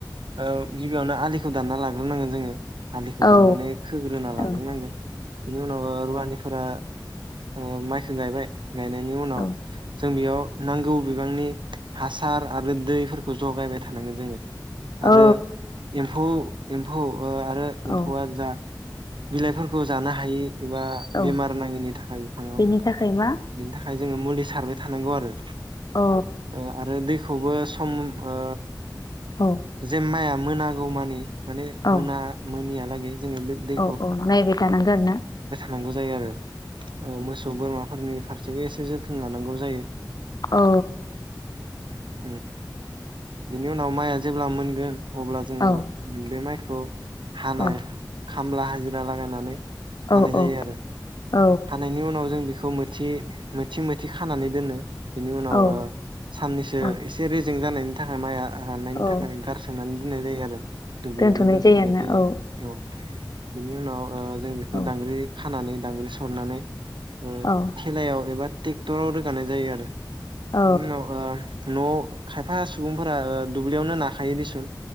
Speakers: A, on the right (about 80°); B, on the left (about 55°).
A: औ गिबियावनो आलि खौ दानना लाग्रोनांगोन जोङो आलिखौ
B: औ
A: दाननानै खोग्रोना लाग्रोनांगोन
B: औ
A: बिनि उनाव ओ रुवानिफोरा ओ माइ खो गायबाय गायनायनि उनाव
B: औ
A: जों बेयाव नांगौ बिबांनि हासार आरो दैफोरखौ जगायबाय थानांगोन जोङो
B: औ
A: आरो एम्फौ एम फौ ओ आरो
B: औ
A: एम्फौआ जा बिलाइफोरखौ जानो हायि एबा
B: औ
A: बेमार नाङिनि थाखाय बिफाङाव
B: बेनि थाखाय मा
A: बेनि थाखाय खाय जोङो मुलि सारो थानांगौ आरो
B: औ
A: ओ आरो दै खौबो सम ओ
B: औ
A: जे माया मोनागौ मानि माने
B: औ
A: मोना मोनियालागै जोङो बे दै
B: अ नाय जानांगो आरो ना
A: नांगौ जायो आरो औ मोसौ बोरमा फोरनि फारसेबो एसे जोथोन लानांगौ जायो
B: औ
A: <unintelligible> बिनि उनाव माइआ जेब्ला मोनगोन अब्ला जोङो
B: औ
A: बे माइ खौ हानाय
B: औ
A: खामला हाजिरा लागायनानै
B: औ
A: हानाय
B: औ
A: जायो आरो
B: औ
A: हानायनि उनाव जों बेखौ मोनसे मोनसे मोथि खानानै दोनो बिनि उनाव
B: औ
A: साननैसो
B: औ
A: एसे जों जानायनि थाखाय माइया राननायनि
B: औ
A: थाखाय गारसोनानै दोननाय जायो आरो दुब्लियावनो
B: दोनथ'नाय
A: दोनथुमनाय
B: जायो आरोना
A: जायो
B: औ
A: औ बिनि उनाव जों बेखौ
B: औ
A: दांग्रि खा खानानै दांग्रि सा सरनानै ओ
B: औ
A: खेलायाव एबा ट्रेक्टराव रोगानाय जायो आरो इनि
B: औ
A: उनाव ओ न' खायफा सुबुंफोर ओ दुब्लियावनो नाखायो दिसुन